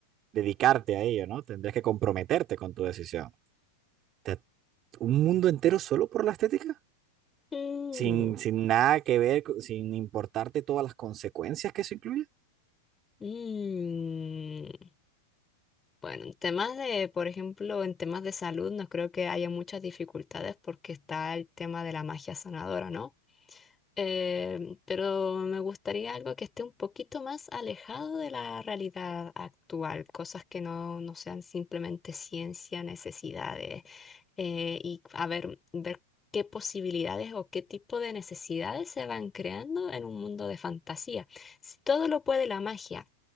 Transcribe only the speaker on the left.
Mm.
Mm, Bueno, en temas de, por ejemplo, en temas de salud no creo que haya muchas dificultades porque está el tema de la magia sanadora, ¿no? Eh, pero me gustaría algo que esté un poquito más alejado de la realidad actual, cosas que no, no sean simplemente ciencia, necesidades, eh, y a ver, ver qué posibilidades o qué tipo de necesidades se van creando en un mundo de fantasía. Si todo lo puede la magia